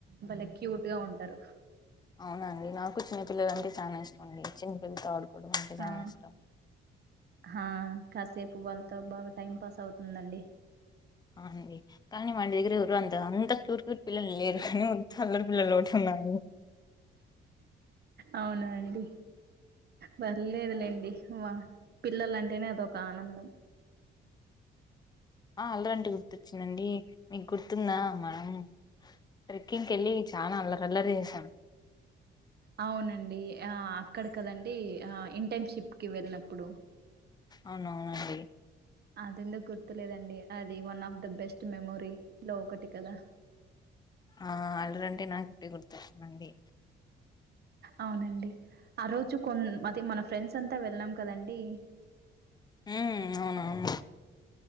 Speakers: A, on the right (about 55°); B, on the left (about 20°).
A: భలే క్యూట్ గా ఉంటారు
B: ఔనా అండీ నాకూ చిన్న పిల్లల అంటే ఇష్ చాలా ఇష్టం అండి చిన్నపిల్లల్లతో ఆడుకోవడం అంటే చాల
A: ఆ
B: ఇష్టం అండీ
A: హా కాసేపు వాళ్ళతో బాగా టైం పాస్ అవుతుందండి
B: అవునండి కానీ మాదగ్గర ఎవరు అంత అంత క్యూట్ క్యూట్ పిల్లలు లేరండి అల్లరి పిల్లల్లోకటి ఉన్నారండి
A: అవునా అండి పర్లేదులేండి పిల్లల అంటేనే అదొక ఆనందం
B: ఆ అల్లరంటే గుర్తొచ్చిందండి మీకు గుర్తుందా మనం ట్రెకింగ్ కెళ్లి చానా అల్లరల్లరి చేసాం
A: అవునండి ఆ అక్కడ కదండి ఇంటర్నషిప్ కి వెళ్ళినప్పుడు
B: ఔను అవునండి
A: అదెందుకు గుర్తులేదండి అది one of the best memory లో ఒకటి కదా
B: ఆ అల్లరంటే నాకు ఇప్పుడే గుర్తొస్థాంది
A: అవునండి ఆ రోజు కొన అ మన ఫ్రెండ్స్ అంతా వెళ్ళం కదండి
B: ఉమ్ అవునవును